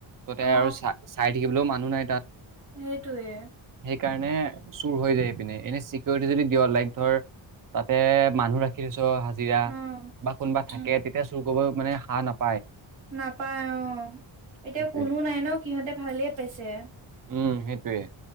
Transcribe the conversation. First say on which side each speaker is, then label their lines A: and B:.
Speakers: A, on the right; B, on the right.
A: ততে
B: অ
A: আৰু চাই চাই থাকিবলৈও মানুহ নাই তাত।
B: সেইটোৱে
A: সেইকাৰণে চুৰ হৈ যায় পিনে এনে চিকিউৰিটি যদি দিয় লাইক ধৰ তাতে মানুহ ৰাখ-। হাজিৰা
B: উম
A: বা কোনোবা থাকে
B: উম
A: তেতিয়া চুৰ কৰিব মানে হা নাপ-।
B: নাপায় অঁ। এতিয়া
A: সেইটোৱে
B: কোনো নাই ন সিহঁতে ভালেই পাইছে।
A: উম সেইটোৱে।